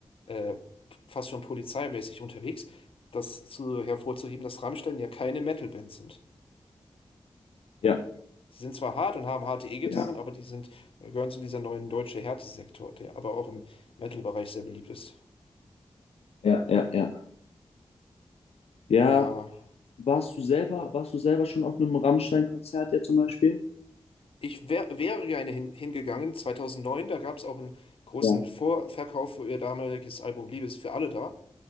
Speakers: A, on the left (about 65°); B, on the left (about 85°).
A: äh, fast schon polizeimäßig unterwegs, das zu, hervorzuheben, dass Rammstein ja keine metal Metalband sind.
B: Ja,
A: Die sind zwar hart und haben harte E-Gitarren,
B: ja,
A: aber die sind, gehören zu dieser neuen deutsche Härtesektor, der aber auch im Metal-Bereich sehr beliebt ist.
B: ja, ja, ja. Ja,
A: Ja,
B: warst du selber, warst du selber schon auf einem Rammstein-Konzert ja zum Beispiel?
A: ich wär, wäre gerne hin, hingegangen, 2009, da gab es auch einen großen
B: Ja,
A: Vorverkauf für ihr damaliges Album Liebe ist für alle da.